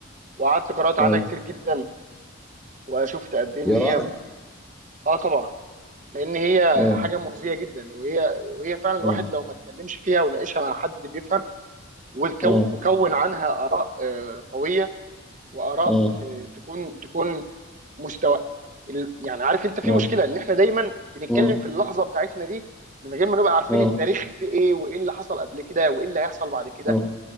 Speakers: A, on the right; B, in the centre.
A: وقعدت قرات عنها
B: مم،
A: كتير جدا وشفت قد ايه ان
B: يا
A: هي
B: راجل
A: اه طبعا لان هي
B: مم،
A: حاجه مؤذيه جدا وهي وهي فعلا الواحد
B: مم،
A: لو ما اتكلمش فيها وناقشها مع حد بيفهم وكو...
B: مم،
A: وكون عنها اراء آه، قويه واراء
B: مم،
A: آه، تكون تكون مستوى ال- يعني عارف انت في
B: مم،
A: مشكله ان احنا دايما بنتكلم
B: مم،
A: في اللحظه بتاعتنا دي من غير ما نبقى عارفين
B: مم،
A: التاريخ في ايه وايه اللي حصل قبل كده وايه اللي هيحصل بعد كده
B: مم،